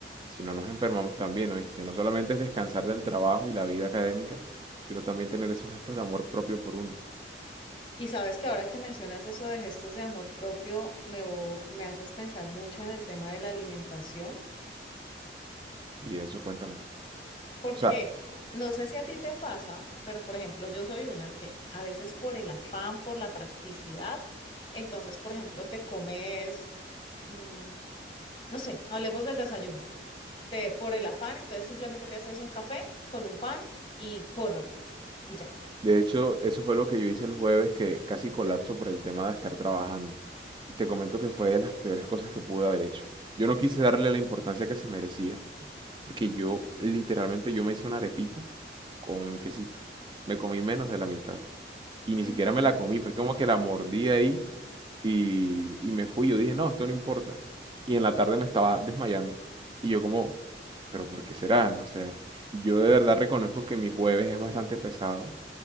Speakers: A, on the right; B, on the left.
A: si no nos enfermamos también, ¿oíste? No solamente es descansar del trabajo y la vida académica, sino también tener esos gestos de amor propio por uno.
B: Y sabes que ahora que mencionas eso de gestos de amor propio, me, vo- me haces pensar mucho en el tema de la alimentación
A: Y eso, cuéntame.
B: Porque
A: O sea,
B: no sé si a ti te pasa, pero por ejemplo, yo soy una que a veces por el afán, por la practicidad, entonces, por ejemplo, te comes, mm, no sé, hablemos del desayuno. Te, por el afán, entonces simplemente te haces un café con un pan y corra y ya.
A: De hecho, eso fue lo que yo hice el jueves, que casi colapso por el tema de estar trabajando. Y te comento que fue de las peores cosas que pude haber hecho. Yo no quise darle la importancia que se merecía, porque yo literalmente yo me hice una arepita con quesito. Me comí menos de la mitad. Y ni
B: Ujú.
A: siquiera me la comí, fue como que la mordí ahí y, y me fui. Yo dije, no, esto no importa. Y en la tarde me estaba desmayando. Y yo como, pero ¿por qué será? O sea, yo de verdad reconozco que mi jueves es bastante pesado